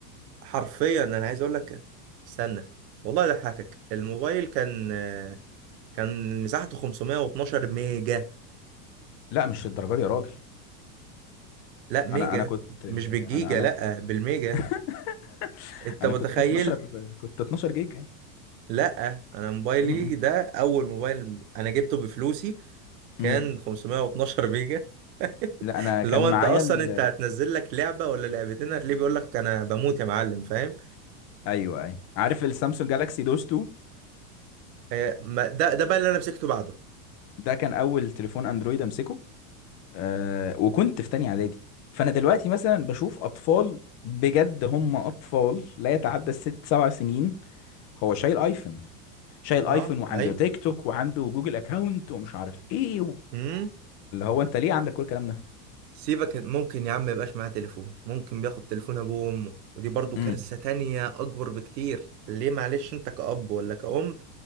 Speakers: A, on the right; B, on the left.
A: حرفيا انا عايز اقول لك استنى والله ضحكك الموبايل كان كان مساحته 512 ميجا
B: لا مش للدرجه دي يا راجل
A: لا ميجا
B: انا انا كنت انا
A: مش بالجيجا
B: انا
A: لا بالميجا
B: <laughs>
A: انت
B: انا
A: متخيل
B: كنت 12 كنت 12 جيجا يعني
A: لا انا موبايلي
B: امم
A: ده اول موبايل انا جبته بفلوسي كان
B: امم
A: 512 ميجا <laughs>
B: لا انا كان
A: اللي هو
B: معايا
A: انت اصلا
B: ال...
A: انت هتنزل لك لعبه ولا لعبتين هتلاقيه بيقول لك انا بموت يا معلم فاهم
B: ايوه اي أيوة. عارف السامسونج جالاكسي دوس 2
A: آه، ما- ده ده بقى اللي انا مسكته بعده
B: ده كان اول تليفون اندرويد امسكه آه وكنت في تانية اعدادي فانا دلوقتي مثلا بشوف اطفال بجد هم اطفال لا يتعدى الست سبع سنين هو شايل ايفون شايل ايفون
A: اه
B: وعنده
A: اي
B: تيك توك وعنده جوجل اكاونت ومش عارف ايه و...
A: امم
B: اللي هو انت ليه عندك كل الكلام ده
A: سيبك ممكن يا عم يبقاش معاه تليفون ممكن بياخد تليفون ابوه وامه ودي برضو
B: امم
A: كارثه تانية اكبر بكتير ليه معلش انت كأب ولا كأم